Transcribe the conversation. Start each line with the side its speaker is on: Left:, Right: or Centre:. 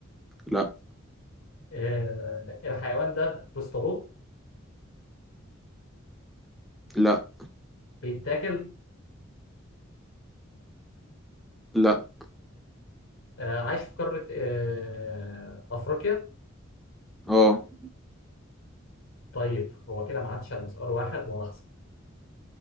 Centre: لا
Left: آه الحيوان ده بيصطادوه
Centre: لا
Left: بيتاكل
Centre: لا
Left: آه عايش في قارة آه أفريقيا
Centre: اه
Left: طيب هو كده ما عادش على سؤال واحد ولا